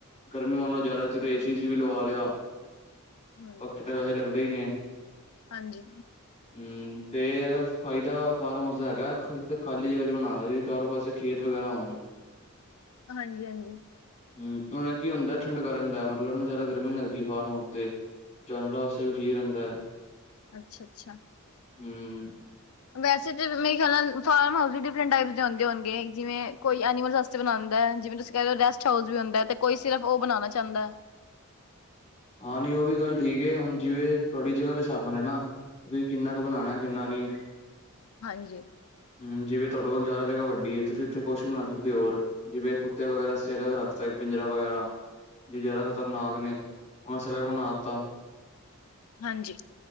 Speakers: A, on the left; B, on the left.
A: ਗਰਮੀ ਹੋਨ ਨਾ ਜਾਦਾ ਇਥੇ ਤੇ ਏ ਸੀ ਏ ਸੀ ਵੀ ਲਵਾ ਲਿਆ,
B: ਹੂੰ
A: ਪੱਖੇ ਤਾਂ ਵੈਸੇ ਲੱਗਦੇ ਦੇ ਨੇ।
B: ਹਾਂਜੀ।
A: ਹਮ, ਤੇ ਇਹਦਾ ਫਾਇਦਾ ਫਾਰਮ ਹਾਊਸ ਦਾ ਹੈਗਾ ਐ, ਖਾਲੀ ਜਗ੍ਹਾ ਚ ਬਣਾਓ, ਜਿਦੇ ਚਾਰੋਂ ਪਾਸੇ ਖੇਤ ਵਗੈਰਾ ਤ ਹੋਨ
B: ਹਾਂਜੀ ਹਾਂਜੀ।
A: ਹਮ ਉਹ ਨਾ ਕੀ ਹੁੰਦਾ ਠੰਡਕ ਰਹਿੰਦਾ ਐ, ਮਤਲਬ ਨਾ ਜ਼ਿਆਦਾ ਗਰਮੀ ਨੀ ਲੱਗਦੀ ਫਾਰਮ ਹਾਊਸ ਤੇ। ਜਾਨਵਰਾ ਵਾਸਤੇ ਵੀ ਠੀਕ ਰਹਿੰਦਾ ਐ।
B: ਅੱਛਾ ਅੱਛਾ।
A: ਹਮ।
B: ਵੈਸੇ ਤੇ ਮੇਰੇ ਖਿਆਲ ਨਾਲ ਫਾਰਮ ਹਾਊਸ ਵੀ ਡਿਫਰੈਂਟ ਟਾਈਪ ਦੇ ਹੋਂਦੇ ਹੋਣਗੇ, ਜਿਵੇਂ ਕੋਈ ਐਨੀਮਲਸ ਆਸਤੇ ਬਣਾਂਦ ਦੈ। ਜਿਵੇਂ ਤੁਸੀਂ ਕਹਿ ਰਹੇ ਹੋ ਰੈਸਟ ਹਾਊਸ ਵੀ ਹੁੰਦਾ ਐ ਤੇ ਕੋਈ ਸਿਰਫ਼ ਉਹ ਬਣਾਣਾ ਚਾਂਦੈ
A: ਹਾਂ ਨੀ ਉਹ ਵੀ ਗੱਲ ਠੀਕ ਐ। ਹੁਣ ਜਿਵੇਂ ਤੁਆਡੀ ਜਗ੍ਹਾ ਦੇ ਸਾਬ ਨਾਲ ਏ ਨਾ। ਤੁਹੀਂ ਕਿੰਨਾ ਕ ਬਣਾਣਾ ਐ ਕਿੰਨਾ ਨੀ।
B: ਹਾਂਜੀ
A: ਹਮ ਜਿਵੇਂ ਤੁਆਡੇ ਕੋਲ ਜਾਦਾ ਜਗ੍ਹਾ ਵੱਡੀ ਏ, ਤੁਸੀਂ ਉੱਥੇ ਕੁੱਛ ਵੀ ਬਣਾ ਸਕਦੇ ਔਰ, ਜਿਵੇਂ ਕੁੱਤੇ ਵਗੈਰਾ ਤੁਸੀ ਅਲੱਗ ਰੱਖ ਸਕਦੇ, ਪਿੰਜਰਾ ਵਗੈਰਾ। ਜੇ ਜ਼ਿਆਦਾ ਖ਼ਤਰਨਾਕ ਨੇ ਉਹਨਾਂ ਅਸ ਅਲਗ ਬਣਾ ਤਾ।
B: ਹਾਂਜੀ,